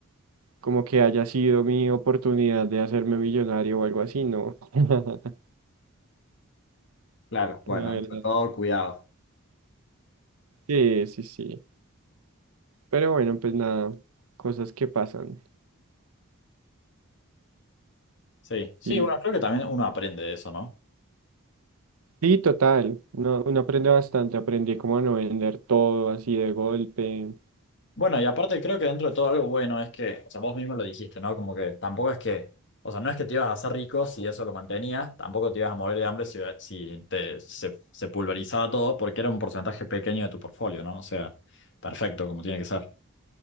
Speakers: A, on the right; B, on the left.
A: como que haya sido mi oportunidad de hacerme millonario o algo así, no. <laughs>
B: Claro, bueno,
A: La verdad.
B: entre todo, cuidado.
A: Sí, sí, sí. Pero bueno, pues nada, cosas que pasan.
B: Sí, sí,
A: Sí,
B: bueno, creo que también uno aprende de eso, ¿no?
A: sí, total. Uno, uno aprende bastante. Aprendí como a no vender todo así de golpe.
B: Bueno, y aparte creo que dentro de todo algo bueno es que, o sea, vos mismo lo dijiste, ¿no? Como que tampoco es que, o sea, no es que te ibas a hacer rico si eso lo mantenías, tampoco te ibas a morir de hambre si, si te, se, se pulverizaba todo, porque era un porcentaje pequeño de tu portfolio, ¿no? O sea, perfecto, como tiene que ser.